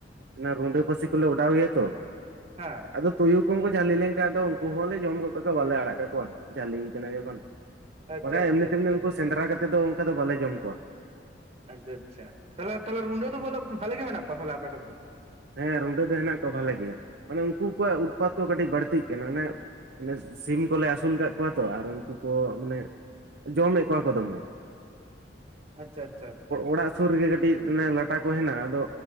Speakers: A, on the right (about 65°); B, on the right (about 35°).
A: ᱚᱱᱟ ᱨᱩᱸᱰᱟᱹ ᱯᱟᱹᱥᱤ ᱠᱚᱞᱮ ᱚᱰᱟᱣ ᱜᱮᱭᱟ ᱛᱚ
B: ᱦᱮᱸ
A: ᱟᱫᱚ ᱛᱩᱭᱩ ᱠᱚᱦᱚᱸ ᱡᱷᱟᱹᱞᱤ ᱞᱮᱱᱠᱷᱟᱡ ᱫᱚ ᱩᱱᱠᱩ ᱦᱚᱸᱞᱮ ᱡᱚᱢ ᱜᱚᱫ ᱠᱟ ᱠᱚᱣᱟ ᱵᱟᱞᱮ ᱟᱲᱟᱜ ᱠᱟᱠᱚᱣᱟ ᱡᱷᱟᱹᱞᱤ ᱠᱟᱱᱟᱜ ᱡᱚᱠᱷᱚᱱ
B: ᱟᱪᱪᱷᱟ
A: ᱵᱟᱝᱠᱷᱟᱱ
B: ᱟᱪᱪᱷᱟ
A: ᱮᱢᱱᱤ ᱛᱮᱢᱱᱤ
B: ᱟᱪᱪᱷᱟ
A: ᱩᱱᱠᱩ ᱥᱮᱸᱫᱽᱨᱟ ᱠᱟᱛᱮᱫ ᱫᱚ ᱚᱱᱠᱟ ᱫᱚ ᱵᱟᱞᱮ ᱡᱚᱢ ᱠᱚᱣᱟ
B: ᱟᱪᱪᱷᱟ ᱟᱪᱪᱷᱟ ᱛᱟᱦᱚᱞᱮ ᱨᱩᱸᱰᱟᱹ ᱫᱚ ᱵᱚᱞᱮ ᱵᱷᱟᱞᱮ ᱜᱮ ᱢᱮᱱ ᱠᱚᱣᱟ ᱛᱟᱦᱚᱞᱮ ᱟᱯᱮ ᱥᱮᱫ ᱫᱚ
A: ᱦᱮᱸ ᱨᱩᱸᱰᱟᱹ ᱫᱚ ᱦᱮᱱᱟᱜ ᱠᱚᱣᱟ ᱵᱟᱞᱮ ᱜᱮ ᱢᱟᱱᱮ ᱩᱱᱠᱩ ᱠᱚᱣᱟᱜ ᱩᱛᱯᱟᱛ ᱠᱚ ᱠᱟᱹᱴᱤᱡ ᱵᱟᱹᱲᱛᱤᱜ ᱠᱟᱱᱟ ᱚᱱᱮ ᱢᱟᱱᱮ ᱥᱤᱢ ᱠᱚᱞᱮ ᱟᱹᱥᱩᱞ ᱟᱠᱟᱟᱜ ᱠᱚᱣᱟ ᱛᱚ ᱟᱨ ᱩᱱᱠᱩ ᱠᱚ ᱢᱟᱱᱮ ᱡᱚᱢᱮᱜ ᱠᱚᱣᱟ ᱠᱚ ᱫᱚᱢᱮ
B: ᱟᱪᱪᱷᱟ ᱟᱪᱪᱷᱟ ᱟᱪᱪᱷᱟ
A: ᱚᱲᱟᱜ ᱥᱩᱨ ᱨᱮᱜᱮ ᱠᱟᱹᱴᱤᱜ ᱚᱱᱮ ᱞᱟᱴᱟ ᱠᱚ ᱦᱮᱱᱟᱜᱼᱟ, ᱟᱫᱚ